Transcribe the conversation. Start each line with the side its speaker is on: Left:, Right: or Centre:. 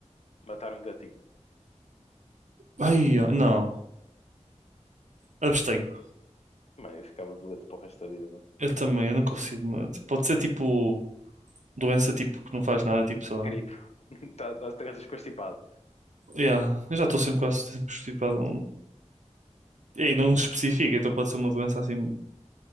Left: matar um gatinho?
Right: Ai, ó, não. Abstenho.
Left: Mano, eu ficava doente para o resto da vida, mano.
Right: Eu também, eu não consigo. mas Pode ser tipo doença tipo que não faz nada, tipo só.
Left: Gripe. <laughs> Tá, tá, estás constipado.
Right: Yeah, eu já estou sempre quase sempre estipado, E aí não especifica, então pode ser uma doença assim